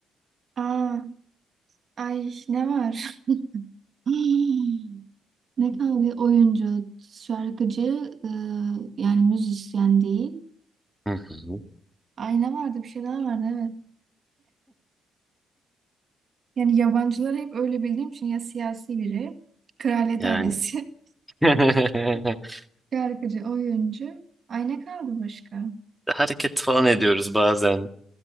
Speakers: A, on the right; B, in the centre.
A: Aa, ay ne var? <laughs> <gasps> Hmm. Ne kadar bir oyuncu, şarkıcı, e, yani müzisyen değil.
B: Hı hı.
A: Ayna vardı, bir şey daha vardı, evet. Yani yabancıları hep öyle bildiğim için ya siyasi biri, kraliyet
B: Yani
A: ailesi,
B: <laughs>
A: <laughs> şarkıcı, oyuncu. Ay ne kaldı başka?
B: hareket falan ediyoruz bazen.